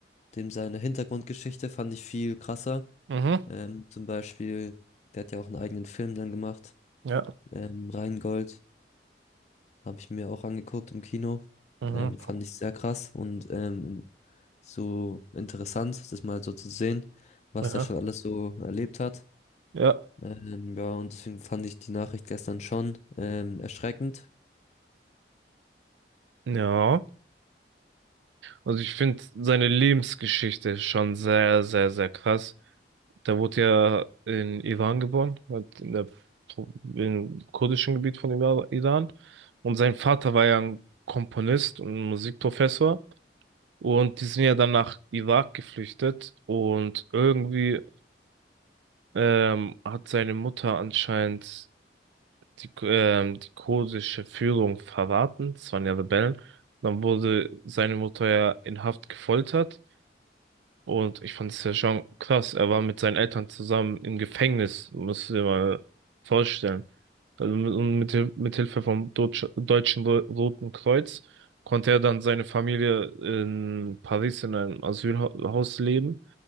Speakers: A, on the left; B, on the right.
A: dem seine Hintergrundgeschichte fand ich viel krasser.
B: Mhm.
A: Ähm, zum Beispiel, der hat ja auch einen eigenen Film dann gemacht,
B: Ja.
A: ähm, Reingold. Habe ich mir auch angeguckt im Kino.
B: Mhm.
A: Ähm, fand ich sehr krass und ähm, in- so interessant, das mal so zu sehen, was
B: Ja.
A: der schon alles so erlebt hat.
B: Ja.
A: Ähm, ja, und deswegen fand ich die Nachricht gestern schon ähm, erschreckend.
B: Ja. Also ich finde seine Lebensgeschichte schon sehr, sehr, sehr krass. Der wurde ja in Iran geboren, halt in der, Pro- im kurdischen Gebiet von Ira- Iran. Und sein Vater war ja ein Komponist und Musikprofessor. Und die sind ja dann nach Irak geflüchtet und irgendwie ähm, hat seine Mutter anscheinend die, ähm, die kurdische Führung verraten. Es waren ja Rebellen. Dann wurde seine Mutter ja in Haft gefoltert. Und ich fand es ja schon krass. Er war mit seinen Eltern zusammen im Gefängnis, musst du dir mal vorstellen. Also mit, und mit, Hil- mit Hilfe vom Deutsch, Deutschen Ro- Roten Kreuz konnte er dann seine Familie in Paris in einem Asylhaus leben.